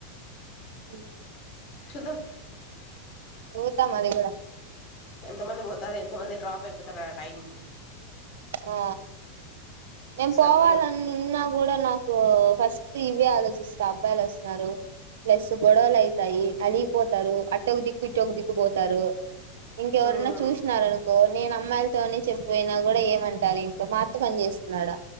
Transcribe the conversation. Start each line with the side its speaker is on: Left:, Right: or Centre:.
Right: ఉ
Left: చూద్దాం
Right: చూద్దాం అది కూడా
Left: ఎంతమంది పోతారు ఎంతమంది డ్రాప్ అయిపోతారు ఆ టైంకి
Right: ఆ నేను
Left: చెప్పలేం
Right: పోవాలని ఉన్నా కూడా నాకు ఫస్ట్ ఇవే ఆలోచిస్తా అబ్బాయిలు వస్తున్నారు ప్లస్ గొడవలు అయితాయి అలిగిపోతారు అటొక దిక్కు ఇటొక్క దిక్కుపోత తరు ఇంకెవరైన్నా
Left: ఉమ్
Right: చూసినారు అనుకో నేను అమ్మాయిలతోనే చెప్పిపోయినా కూడా ఏమంట ఉంటది ఇంట్లో మా అత్త పని చేస్తుంది అడా